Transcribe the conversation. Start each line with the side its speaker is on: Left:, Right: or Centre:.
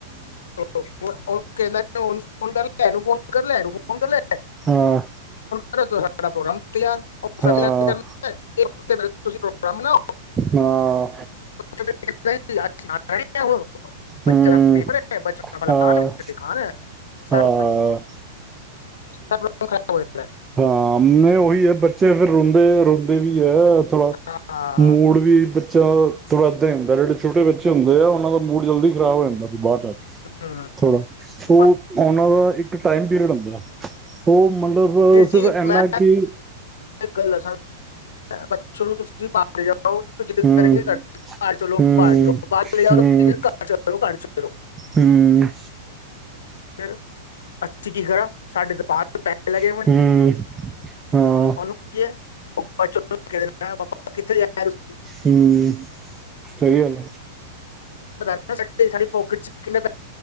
Left: ਤੋ <unintelligible> ਫੋਨ ਕਰ ਐਹ ਨੂੰ ਫੋਨ ਕਰ ਲੈ, ਐਨੁੰ ਫੋਨ ਕਰਲਾ।
Right: ਹੂੰ।
Left: ਕਰ ਤੁ ਸਾਡਾ ਪ੍ਰੋਗਰਾਮ। <unintelligible>
Right: ਹਾਂ
Left: ਤੁਸੀਂ ਪ੍ਰੋਗਰਾਮ ਬਣਾਓ।
Right: ਹਾਂ।
Left: ਤੇ ਫਿਰ ਨਹੀਂ <unintelligible> ਬੱਚ
Right: ਹੂੰ
Left: ਪ ਬੱਚ ਫਲਾਨ
Right: ਹਾਂ
Left: ਚ <unintelligible> ਸ
Right: ਹਾਂ
Left: ਖਰਾਬ ਹੋ <unintelligible>
Right: ਹਾਂ, ਉਹੀ ਹੈ ਬੱਚੇ ਫੇਰ ਰੋਂਦੇ-ਰੋਂਦੇ ਵੀ ਏ ਥੋੜ੍ਹਾ
Left: ਹੈ। ਹਾਂ
Right: ਮੂਡ ਵੀ ਬੱਚ ਥੋੜਾ ਹੁੰਦਾ, ਜਿਹੜੇ ਛੋਟੇ ਬੱਚੇ ਹੁੰਦੇ ਆ ਉਹਨਾਂ ਦਾ ਮੂਡ ਜਲਦੀ ਖਰਾਬ ਹੋ ਜਾਂਦਾ ਬਾਹਰ ਜਾ
Left: ਹਮ,
Right: ਥੋੜਾ ਉਹ
Left: ਪਰ
Right: ਉਹਨਾਂ ਦਾ ਇੱਕ ਟਾਈਮ ਪੀਰੀਅਡ ਹੁੰਦਾ। ਉਹ ਮਤਲਬ
Left: ਜੀ
Right: ਸਿਰਫ ਇਨਾ
Left: ਮੈਂ
Right: ਕਿ
Left: ਗੱਲ ਦ ਬੱਚੇ ਨੂੰ ਤੁਸੀਂ ਵੀ ਪਾਪੜ ਜਾ <unintelligible> ਜਿੱਦ ਕਰੇ
Right: ਹਮ
Left: ਘ ਬਾਹਰ ਚਲੋ
Right: ਹਮ
Left: ਬਾਹਰ ਚਲੋ ਬਾਹਰ ਚਲੇ ਜਾਓ
Right: ਹਮ
Left: ਘਰ ਚਲੋ ਘਰ ਚਲੋ
Right: ਹਮ
Left: <unintelligible> ਫਿਰ ਅਸੀਂ ਕੀ ਕਰਾਂ ਸਾਡੇ ਤਾਂ ਬਾਹਰ
Right: ਹਮ
Left: ਪੈਸੇ ਲੱਗੇ ਹੋਏ ਨੇ
Right: ਹਾਂ
Left: ਉਹਨੂੰ ਕਿ ਹੈ ੱਚ <unintelligible> ਕਿੱਥੇ ਜਾ ਤੁਸੀਂ
Right: ਹਮ ਸਹੀ ਗੱਲ
Left: ਸਾ ਸਾਡੀ ਪੋਕਟ ਚ ਕਿੰੇ ਪ <unintelligible>